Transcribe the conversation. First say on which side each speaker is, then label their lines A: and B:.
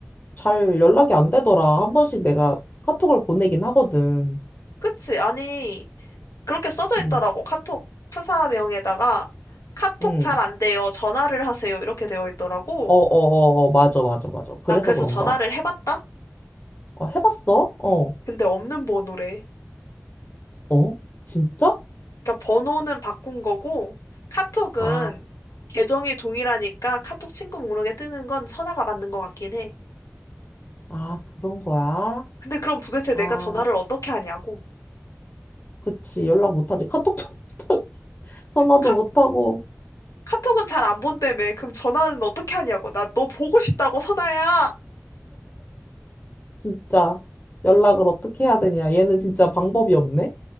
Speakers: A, on the left; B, on the left.
A: 잘 연락이 안 되더라. 한 번씩 내가 카톡을 보내긴 하거든.
B: 그치? 아니, 그렇게 써져
A: 응,
B: 있더라고. 카톡 서사명에다가 카톡
A: 응.
B: 잘 안 돼요. 전화를 하세요. 이렇게 되어 있더라고.
A: 어, 어, 어, 어, 맞아, 맞아, 맞아. 그래서
B: 난 그래서
A: 그런가?
B: 전화를 해봤다?
A: 어, 해봤어? 어,
B: 근데 없는 번호래.
A: 어? 진짜?
B: 그러니까 번호는 바꾼 거고 카톡은
A: 아,
B: 계정이 동일하니까 카톡 친구 목록에 뜨는 건 선아가 맞는 것 같긴 해.
A: 아, 그런 거야?
B: 근데 그럼 도대체
A: 아,
B: 내가 전화를 어떻게 하냐고.
A: 그치. 연락 못하지. 카톡도 <laughs> 못하고, 전화도
B: 카,
A: 못하고.
B: 카톡은 잘 안 본다며. 그럼 전화는 어떻게 하냐고. 나 너 보고 싶다고 선아야.
A: 진짜 연락을 어떻게 해야 되냐. 얘는 진짜 방법이 없네?